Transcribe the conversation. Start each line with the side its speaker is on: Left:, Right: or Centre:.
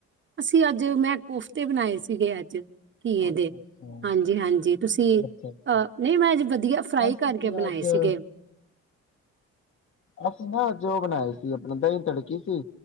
Right: ਅਸੀਂ ਅੱਜ ਮੈਂ ਕੋਫਤੇ ਬਣਾਏ ਸੀਗੇ ਅੱਜ ਘੀਏ
Left: ਅੱਛਾ-ਅੱਛਾ-ਅੱਛਾ-ਅੱਛਾ
Right: ਦੇ ਹਾਂਜੀ ਹਾਂਜੀ ਤੁਸੀਂ ਅ ਨਹੀਂ ਮੈਂ ਅੱਜ ਵਧੀਆ ਫਰਾਈ
Left: ਅਸੀਂ
Right: ਕਰਕੇ
Left: ਤੇ
Right: ਬਣਾਏ
Left: ਅੱਜ ਅ
Right: ਸੀਗੇ
Left: ਅਸੀਂ ਨਾ ਅੱਜ ਉਹ ਬਣਾਏ ਸੀ। ਕਿ ਆਪਣਾ ਦਹੀਂ ਤੜਕੀ ਸੀ।